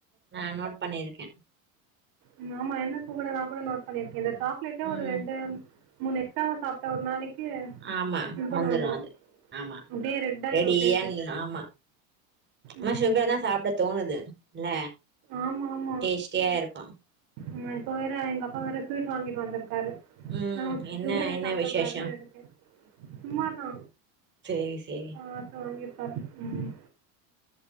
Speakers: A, on the right; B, on the right.
A: நா நோட் பண்ணியிருக்க
B: ம் ஆமா என்னக்கு கூட நா கூட நோட் பண்ணிருக்க இந்த சாக்லேட்டே
A: ம்
B: ஒரு ரெட்டு மூனு எக்ஸ்ட்ராவா சாப்ட்டா ஒரு நாளைக்கு
A: ஆமா
B: பிம்ப்பிள் வந்துரு
A: அது ஆமா
B: அப்டியே ரெட் ஆயிடு
A: ரெடியா
B: ஃபேஸு
A: நீ ஆமா ஆனா
B: ம்
A: சுகர்தா சாப்புடக் தோணுது இல்ல
B: ஆமா ஆமா
A: டேஸ்ட்டியா இருக்கும்
B: ம் இப்ப வேற எங்க அப்பா வேற ஸ்வீட் வாங்கிட்டு வந்திருக் காரு
A: ம்
B: நமக்கு
A: என்ன
B: சுகரே
A: என்ன
B: சாப்புடக்
A: விசேஷோ
B: கூடாதுன்னு இருக்கு சும்மாதா
A: சேரி சேரி
B: ஆ அது வாங்கிருகாரு ம்